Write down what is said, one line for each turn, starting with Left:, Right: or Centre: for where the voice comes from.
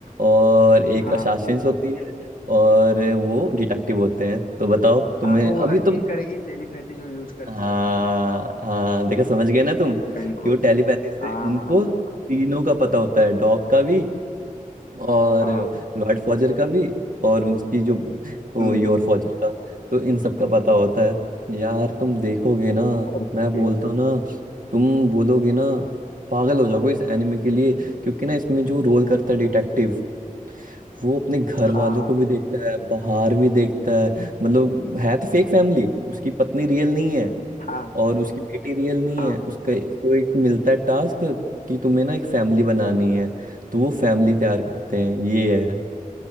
Right: और एक
Left: हाँ
Right: असासिन होती है और वो डिटेक्टिव होते हैं तो बताओ तुम्हें
Left: हाँ तो
Right: अभी
Left: वो लड़की
Right: तुम
Left: ही करेगी टेलीपैथी जो यूज करती
Right: हाँ
Left: है
Right: हाँ देखो समझ गए ना तुम
Left: बिल्कुल
Right: कि वो टेलीपैथी से
Left: हाँ
Right: उनको
Left: हाँ बिल्कुल
Right: तीनों का पता होता है डॉग का भी और
Left: हाँ
Right: लॉर्ड फॉजर का भी और उनकी जो वो
Left: हम्म,
Right: योर फॉजर का तो इन सब का पता होता है यार तुम देखोगे ना
Left: ओके
Right: मैं बोलता हूँ ना तुम बोलोगे ना पागल हो जाओगे इस एनिमे के लिए क्योंकि ना इसमें जो रोल करता है डिटेक्टिव वो अपने घर
Left: हाँ
Right: वालों
Left: हाँ
Right: को भी देखता है बाहर भी देखता है मतलब है तो फेक फैमिली उसकी पत्नी रियल नहीं है
Left: हाँ
Right: और उसकी बेटी रियल नहीं
Left: हाँ
Right: है उसका उसको एक मिलता है टास्क कि तुम्हें ना एक फैमिली बनानी है तो वो फैमिली तैयार करते हैं ये है